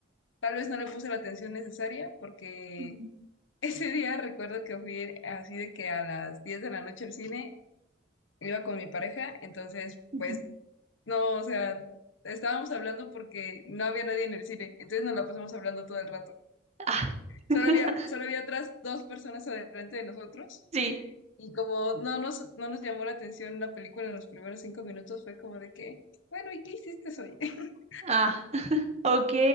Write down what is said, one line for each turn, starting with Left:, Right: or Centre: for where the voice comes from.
Left: tal vez no le puse la atención necesaria porque
Right: Ujú,
Left: <laughs> ese día recuerdo que fui así de que a las 10 de la noche al cine iba con mi pareja, entonces
Right: ujú.
Left: pues no, o sea, estábamos hablando porque no había nadie en el cine, entonces nos la pasamos hablando todo el rato.
Right: Ah, <laughs>
Left: Solo había, solo había atrás dos personas adelante de nosotros.
Right: sí.
Left: Y como no nos, no nos llamó la atención la película en los primeros cinco minutos, fue como de que, bueno, ¿y qué hiciste hoy? <laughs>
Right: Ah, <laughs> ok.